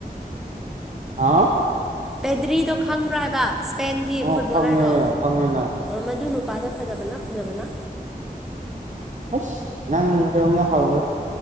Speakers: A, on the right; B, in the centre.
A: ꯍꯥꯥ
B: ꯄꯦꯗ꯭ꯔꯤꯗꯣ ꯈꯪꯕ꯭ꯔꯥ ꯍꯥꯏꯕ ꯏꯁꯄꯦꯟꯒꯤ
A: ꯑꯣ
B: ꯐꯨꯠꯕꯣꯂꯔꯗꯣ
A: ꯈꯪꯉꯦꯅ ꯈꯪꯉꯦꯅ
B: ꯃꯗꯨ ꯄꯥꯥꯗ ꯐꯖꯕꯅ ꯐꯖꯕꯅ
A: ꯑꯁ ꯅꯪꯗꯣ ꯃꯣ ꯍꯥꯎꯔ